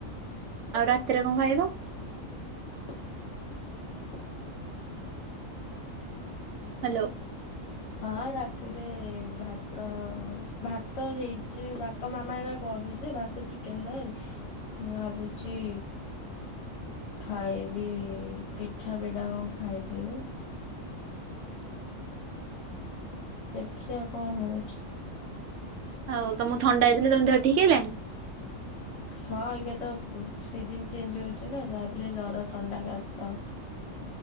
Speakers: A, on the right; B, on the left.
A: ଆଉ ରାତିରେ କଣ ଖାଇବ?
B: <inaudible>
A: ହାଲୋ।
B: ହଁ ରାତିରେ ଭାତ ଅ ଭାତ ହେଇଛି ଯେ ଭାତ ମାମା ଏକା କରୁଛି ଯେ ଭାତ, ଚିକେନ ତରକାରୀ। ମୁଁ ଭାବୁ ଛି ଖାଇବି ଇ ପିଠା ଫିଠା କଣ ଖାଇଦେବି।
A: ଅଁ।
B: ଦେଖିଆ କଣ ହଉଛି?
A: ହଉ ତମକୁ ଥଣ୍ଡା ହେଇଥିଲା ତମ ଦେହ ଠିକ ହେଲାନି?
B: ହଁ ଏଇକା ତ ସିଜିନ ଚେଞ୍ଜ ହଉଛି ନା ଯାହାବିହେଲେ ଜର, ଥଣ୍ଡା, କାଶ।